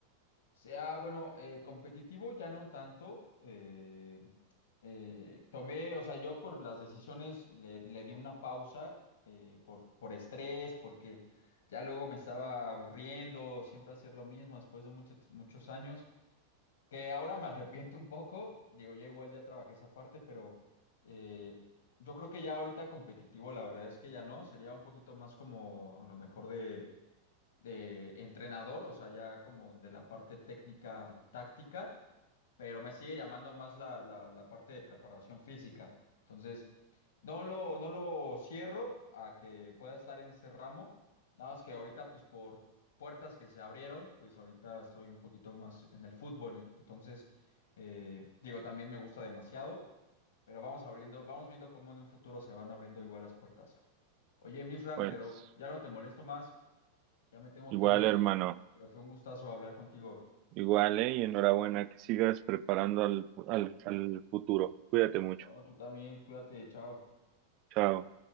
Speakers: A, on the left; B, on the right.
A: sea, bueno, eh, competitivo ya no tanto. eh, eh, tomé, o sea, yo por las decisiones le, le di una pausa eh, por, por estrés, porque ya luego me estaba aburriendo, siempre hacer lo mismo después de mucho- muchos años. Que ahora me arrepiento un poco, digo, ya igual ya trabajé esa parte, pero eh, yo creo que ya ahorita competitivo, la verdad es que ya no, sería un poquito más como a lo mejor de, de entrenador, o sea, ya como de la parte técnica, táctica, pero me sigue llamando más la, la- la parte de preparación física. Entonces, no lo, no lo cierro a que pueda estar en ese ramo, nada más que ahorita, pues por puertas que se abrieron, pues ahorita estoy un poquito más en el fútbol. Entonces, eh, digo, también me gusta demasiado, pero vamos abriendo, vamos viendo cómo en un futuro se van abriendo igual las puertas. Oye, Misra,
B: Pues
A: pero ya no te molesto más, ya me tengo
B: igual,
A: que ir,
B: hermano.
A: pero fue un gustazo hablar contigo.
B: Igual, ¿eh? Y enhorabuena, que sigas preparando al, al, al futuro. Cuídate mucho.
A: No, tú también, cuídate, chao.
B: Chao.